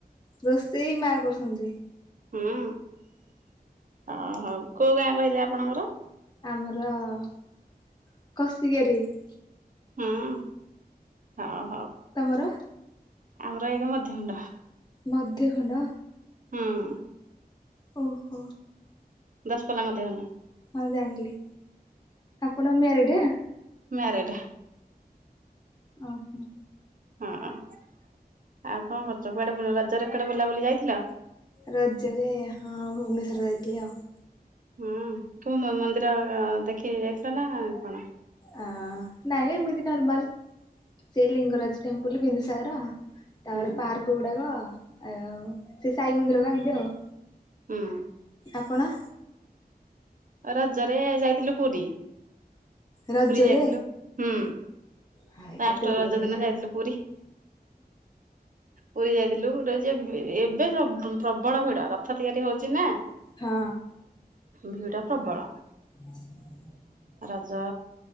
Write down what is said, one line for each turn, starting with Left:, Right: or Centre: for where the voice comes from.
Left: ରୋଷେଇ ମା କରୁଛନ୍ତି।
Right: ହୁଁ ଅ ହଉ କୋଉ ଗାଁ କହିଲେ ଆପଣଙ୍କର?
Left: ଆମର <unintelligible>
Right: ହୁଁ ହ ହଉ।
Left: ତମର?
Right: ଆମର <unintelligible> ମଧ୍ୟମୁଣ୍ଡ।
Left: ମଧ୍ୟଖଣ୍ଡ?
Right: ହଁ
Left: ଓହୋ!
Right: ଦଶପାଲା ମାେହ ହେଲା
Left: ହଁ ଜାଣିଲି ଆପଣ ମିୟାରେଡ୍
Right: ମ୍ୟାରଡ଼୍
Left: ଓହୋ!
Right: ହଁ ଆଉ କଣ କରୁଛ? କୁଆଡେ ରଜ ରେ କୁଆଡେ ବୁଲାବୁଲି ଯାଇଥିଲ?
Left: ରଜରେ ହଁ ଭୁବନେଶ୍ଵର ଯାଇଥିଲି ଆଉ।
Right: ହଁ କେଉଁ ମନ୍ଦିର ଦେଖି ଯାଇଥିଲ ନା କଣ?
Left: ଅ ନାଇଁ ଏମିତିି ନର୍ମାଲ ସେ ଲିଙ୍ଗରାଜ ଟେମ୍ପଲ ବିନ୍ଦୁସାଗର। ତାପରେ
Right: ହୁଁ
Left: ପାର୍କ ଗୁଡ଼ାକ ଆ ଆଉ ସେ ସାଇମନ୍ଦିର କମିତି ଆଉ
Right: ହୁଁ
Left: ଆପଣ?
Right: ରଜରେ ଯାଇଥିଲୁ ପୁରୀ।
Left: ରଜରେ
Right: ପୁରୀ ଯାଇଥିଲୁ ହୁଁ
Left: ହାଏ କେତେ
Right: ଫାଷ୍ଟ
Left: ଭିଡ
Right: ରଜ
Left: ଥିବେ
Right: ଦିନ ଯାଇଥିଲି ପୁରୀ। ପୁରୀ ଯାଇଥିଲୁ ଏବେ ପ୍ରବଳ ଭିଡ ରଥ ତିଆରି ହଉଛି ନା।
Left: ହଁ
Right: ଭିଡ଼ା ପ୍ରବଳ,
Left: ହୁଁ
Right: ରଜ